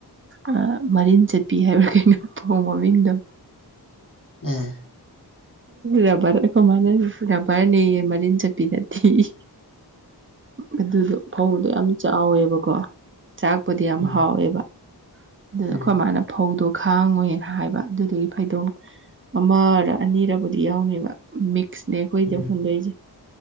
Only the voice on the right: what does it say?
ꯑ ꯃꯔꯤꯟ ꯆꯠꯄꯤ ꯍꯥꯏꯕ ꯀꯩꯅꯣ ꯐꯧ ꯃꯃꯤꯡꯗꯣ
ꯔꯕꯔ ꯑꯩꯈꯣꯏ ꯃꯥꯅ ꯔꯕꯔꯅꯦꯌꯦ ꯃꯔꯤꯟ ꯆꯠꯄꯤ ꯅꯠꯇꯦꯌꯦ ꯑꯗꯨꯗꯣ ꯐꯧꯗꯣ ꯌꯥꯝ ꯆꯥꯎꯋꯦꯕꯀꯣ ꯆꯥꯛꯄꯨꯗꯤ ꯌꯥꯝ
ꯍꯥꯎꯋꯦꯕ ꯗꯨꯗ
ꯑꯩꯈꯣꯏ ꯃꯥꯥꯅ ꯐꯧꯗꯣ ꯈꯥꯡꯉꯣꯏꯅ ꯍꯥꯏꯕ ꯑꯗꯨꯗꯒꯤ ꯐꯩꯗꯣꯝ ꯑꯃꯔ ꯑꯅꯤꯔꯕꯨꯗꯤ ꯌꯥꯎꯅꯤꯕ ꯃꯤꯛꯁꯅꯦ ꯑꯩꯈꯣꯏꯗ
ꯍꯨꯟꯗꯣꯏꯁꯦ